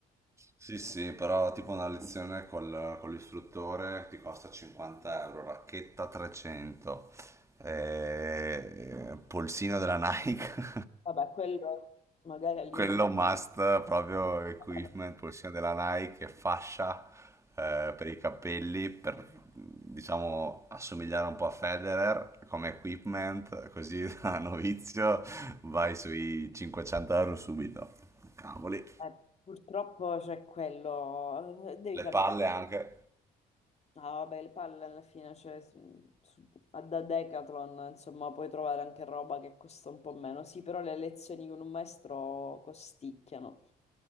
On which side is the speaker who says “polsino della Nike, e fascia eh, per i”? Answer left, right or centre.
Right